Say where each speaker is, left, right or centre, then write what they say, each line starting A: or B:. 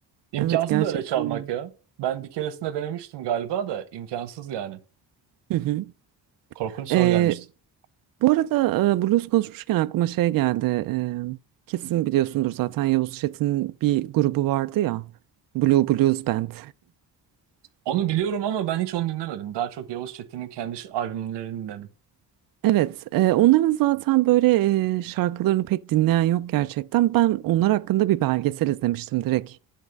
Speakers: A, on the right; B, on the right.
A: İmkansız
B: Evet gerçekten.
A: da öyle çalmak
B: Hmm.
A: ya. Ben bir keresinde denemiştim galiba da imkansız yani.
B: Hı hı.
A: Korkunç soru
B: E,
A: gelmişti.
B: bu arada e, blues konuşmuşken aklıma şey geldi. E, kesin biliyorsundur zaten Yavuz Çetin'in bir grubu vardı ya. Blue Blues Band.
A: Onu biliyorum ama ben hiç onu dinlemedim. Daha çok Yavuz Çetin'in kendi ş- albümlerini dinledim.
B: Evet, e, onların zaten böyle e, şarkılarını pek dinleyen yok gerçekten. Ben onlar hakkında bir belgesel izlemiştim direkt.